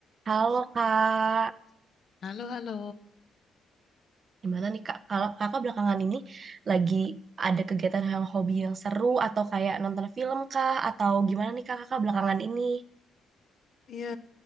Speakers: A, on the right; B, on the left.
A: Halo Kak,
B: Halo, halo.
A: gimana nih Kak? Kalau Kakak belakangan ini lagi ada kegiatan yang hobi yang seru atau kayak nonton film kah? Atau gimana nih Kak Kakak belakangan ini?
B: Iya,